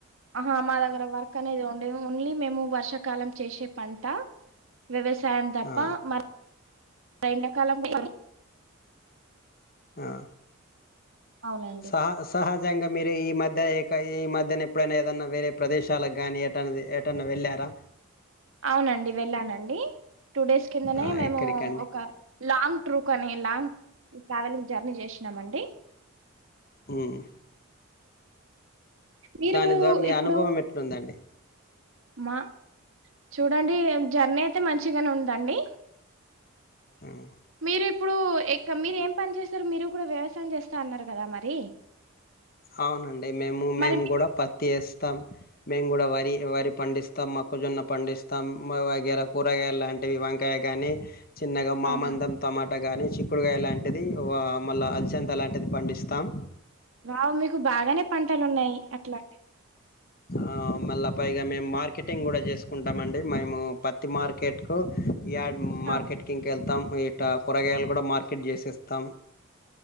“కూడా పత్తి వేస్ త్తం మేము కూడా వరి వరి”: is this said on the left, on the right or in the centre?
Left